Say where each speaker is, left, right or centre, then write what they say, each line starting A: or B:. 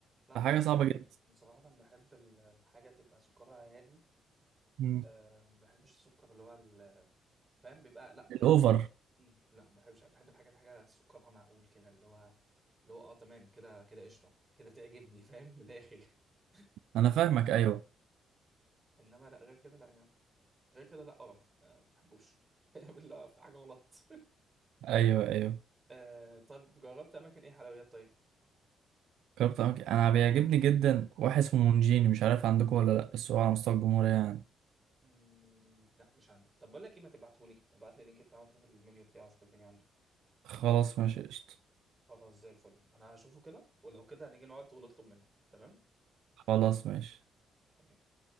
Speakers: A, on the right; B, on the right.
A: لا انا
B: حاجه
A: صراحه
B: صعبه جدا
A: أنا صراحه بحب ال- الحاجه تبقى سكرها هادي
B: مم.
A: أه ما بحبش السكر اللي هو ال- فاهم بيبقى لا ما
B: الاوفر
A: بحبهاش أمم، لا ما بحبش بحب الحاجه الحاجه سكرها معقول كده اللي هو اللي هو اه تمام كده كده قشطه كده تعجبني <laughs> فاهم من الاخر <laughs>
B: انا
A: انما
B: فاهمك ايوه
A: انما لا غير كده لا يعني غير كده لا قرف أه ما بحبوش <laughs> بالله في حاجه غلط
B: ايوه ايوه
A: <laughs> أه طب جربت اماكن ايه حلويات طيب
B: جربت أماكن أنا بيعجبني جدا واحد اسمه مونجيني مش عارف عندكم ولا لأ بس هو على مستوى الجمهورية يعني
A: مم، لا مش عندي طب بقول لك ايه ما تبعتهولي ابعت لي اللينك بتاعه وشوف المنيو بتاعه شوف الدنيا عنده
B: خلاص ماشي قشطة
A: خلاص زي الفل انا هشوفه كده ولو كده هنيجي نقعد ونطلب منه تمام
B: خلاص ماشي
A: تمام